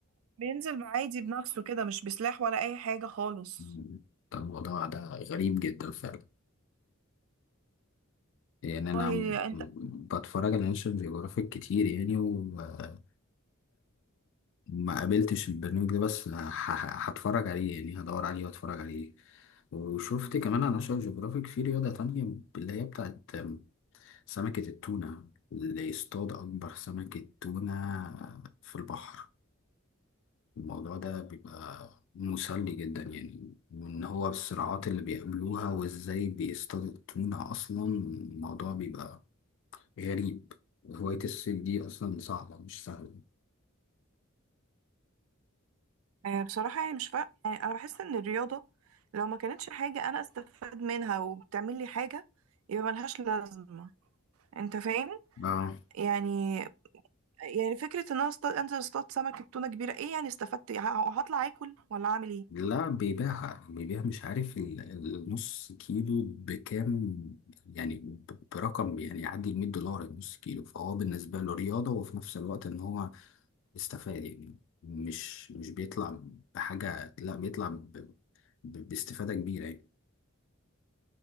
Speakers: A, on the right; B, on the left.
A: بينزل عادي بنفسه كده مش بسلاح ولا اي حاجه خالص
B: مم. ده الموضوع ده غريب جدا فعلا يعني انا
A: والله
B: م-
A: انت
B: بتفرج على ناشونال جيوغرافيك كتير يعني وما قابلتش البرنامج ده بس ه- ه- هتفرج عليه يعني هدور عليه واتفرج عليه وشفت كمان على ناشونال جيوغرافيك في رياضة تانية اللي هي بتاعت سمكة التونة اللي يصطاد أكبر سمكة تونة في البحر الموضوع ده بيبقى مسلي جدا يعني وإن هو الصراعات اللي بيقابلوها وإزاي بيصطادوا التونة أصلا الموضوع بيبقى غريب هواية الصيد دي أصلا صعبة مش سهلة
A: آه، بصراحة يعني مش فا... يعني أنا بحس إن الرياضة لو ما كانتش حاجة أنا أستفاد منها وبتعمل لي حاجة يبقى ملهاش لازمة أنت فاهم؟
B: آه.
A: يعني يعني فكرة إن أنا أصطاد أنزل أصطاد سمكة تونة كبيرة إيه يعني استفدت ه- هطلع آكل ولا أعمل إيه؟
B: لا بيبيعها بيبيع مش عارف ال- النص كيلو بكام يعني ب- برقم يعني يعدي ال 100 دولار النص كيلو فهو بالنسبة له رياضة وفي نفس الوقت إن هو استفاد يعني مش مش بيطلع بحاجة لا بيطلع ب... ب... باستفادة كبيرة يعني